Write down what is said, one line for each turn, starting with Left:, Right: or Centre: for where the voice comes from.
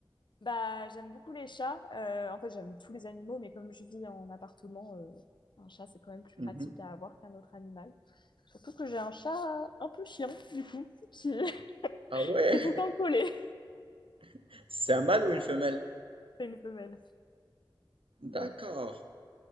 Left: Bah, j'aime beaucoup les chats. Euh, en fait, j'aime tous les animaux, mais comme je vis en appartement, euh, un chat, c'est quand même plus
Right: Mhm.
Left: pratique à avoir qu'un autre animal. Surtout que j'ai un chat un peu chiant, du coup, qui, <laughs>
Right: Ah ouais.
Left: qui est tout le temps collé.
Right: <laughs> C'est un mâle ou une femelle?
Left: C'est une femelle. Mais
Right: D'accord.
Left: elle est trop-